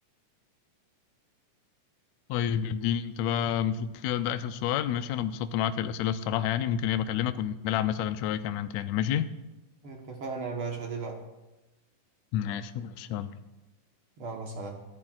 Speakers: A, on the left; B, on the right.
A: طيب اديني انت بقى المفروض كده ده آخر سؤال ماشي أنا اتبسطت معاك في الأسئلة الصراحة يعني ممكن ايه بكلمك ونلعب مثلا شوية كمان تاني ماشي
B: اتفقنا يا باشا ليه لا
A: ماشي ماشي يلا
B: يلا سلام